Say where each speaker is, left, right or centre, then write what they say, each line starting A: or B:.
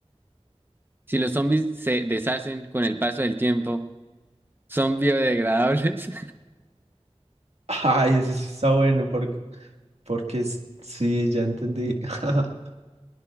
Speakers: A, on the right; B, on the right.
A: si los zombies se deshacen con el paso del tiempo, ¿son biodegradables?
B: Ay, ese sí está bueno, porque, porque es- sí, ya entendí. <laughs>